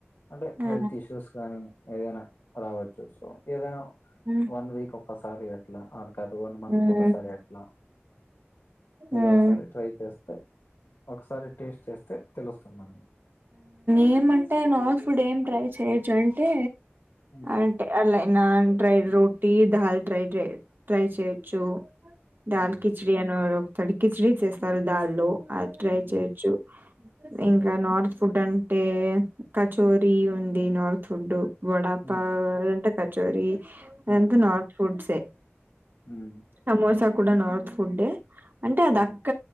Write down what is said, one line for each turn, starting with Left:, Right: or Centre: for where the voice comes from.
Left: అంటే
Right: ఆ
Left: హెల్త్ ఇష్యూస్ కానీ ఏదైనా రావచ్చు సో ఏదైనా
Right: హ్మ్
Left: వన్ వీక్ ఒకసారి అట్లా ఆ కాదు వన్ మంత్
Right: హ్మ్
Left: ఒకసారి అట్లా
Right: హ్మ్
Left: ఏదో ఒకసారి ట్రై చేస్త స్తే ఒకసారి టేస్ట్ చేస్తే తెలుస్తుందని
Right: ఏమంటే నార్త్ ఫుడ్ ఏం ట్రై చెయొచ్చు అంటే
Left: హ్మ్
Right: అంటే అలై నాన్ ట్రై రోటీ దాల్ ట్రై ట్రై చేయొచ్చు దాల్
Left: హ్మ్
Right: కిచడి అనివాలు తడికిచడి చేస్తారు దాల్లో అది ట్రై
Left: హ్మ్
Right: చేయొచ్చు
Left: హ్మ్
Right: ఇంకా నార్త్ ఫుడ్ అంటే కచోరీ ఉంది నార్త్ ఫుడ్ వడాపా
Left: హ్మ్
Right: అంటే కచోరి
Left: హ్మ్
Right: అంత నార్త్ ఫుడ్స్
Left: హ్మ్
Right: సమోసా కూడా నార్త్ ఫుడ్డే అంటే అది
Left: హ్మ్
Right: అక్క